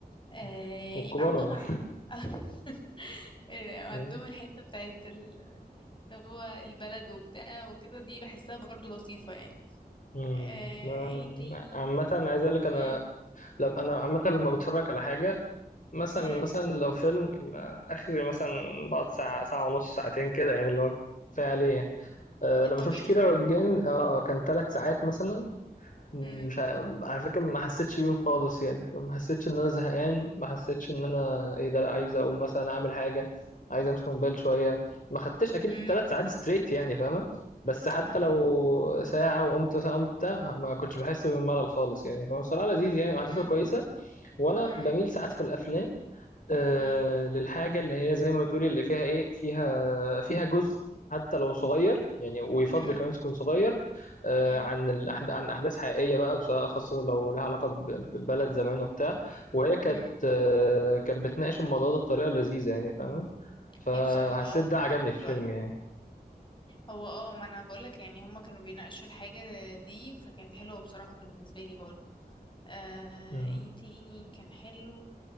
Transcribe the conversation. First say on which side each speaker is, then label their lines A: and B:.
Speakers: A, on the left; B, on the left.
A: آه،
B: مم. والكبار
A: يبقى عندهم
B: والله
A: ع-
B: <laughs>
A: <laughs> إيه، عندهم
B: يعني
A: الحتة بتاعت ال- اللي هو البلد وبتاع وكده دي بحسها برضو لطيفة يعني
B: مم.
A: آه
B: ما-
A: ايه تاني
B: عامة عايز اقول لك انا
A: مم.
B: لما انا عامة لما بتفرج على حاجة مثلا
A: مم.
B: مثلا لو فيلم ما- اخري مثلا بقعد ساعة ساعة ونص ساعتين كده يعني اللي هو كفاية عليه يعني. أه
A: الطبيعي
B: لما شفت كيرة والجن اه كان ثلاث ساعات مثلا مش
A: مم.
B: ع- على فكرة ما حسيتش بيه خالص يعني فما حسيتش ان انا زهقان ما حسيتش ان انا ايه ده لا عايز اقوم مثلا اعمل حاجة عايز امسك موبايل شوية ما خدتش اكيد
A: مم.
B: ثلاث ساعات ستريت يعني فاهمة بس حتى
A: فاهمك
B: لو ساعة وقمت مثلا قمت بتاع، ما كنتش بحس بالملل خالص يعني فبصراحة لذيذ يعني احداثه
A: مم.
B: كويسة وانا
A: مم.
B: بميل ساعات في الافلام آه
A: مم.
B: للحاجة اللي هي زي ما بتقولي اللي فيها إيه فيها فيها جزء حتى لو صغير يعني ويفضل
A: مم.
B: كمان تكون صغير آه
A: مم.
B: عن الأحد... عن أحداث حقيقية بقى وسواء خاصة لو لها علاقة ب- ببلد زمان وبتاع وهي كانت
A: مم.
B: آه كانت بتناقش الموضوع ده بطريقة لذيذة يعني فاهمة فحسيت
A: هي بصراحة اه
B: ده عجبني
A: كان حلو
B: في الفيلم
A: اوي
B: يعني
A: هو اه ما انا بقولك يعني هما كانوا بيناقشوا الحاجة دي فكانت حلوة بصراحة بالنسبة لي برضو آه
B: مم.
A: ايه تاني كان حلو